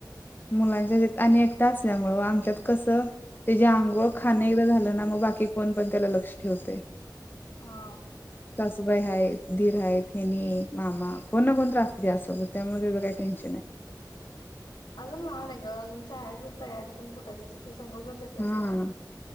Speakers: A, on the left (about 25°); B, on the left (about 80°).
A: मुलांच्या आणि एकटा असल्यामुं आमच्यात कसं. त्याची
B: हा
A: आंघोळ खाणे एकदा झालं ना मग बाकी कोण पण त्याला लक्ष ठेवते
B: हा,
A: सुभय आहे धीर आहे हेिनी मामा कोणणा कोणत असत त्यासोबत त्यामुळे काही टेन्शन आहे.
B: अजून लहान आहे ग अजून शाळेची तयारी पण कुठ त्याची तशी, जात्यास
A: हा
B: ना,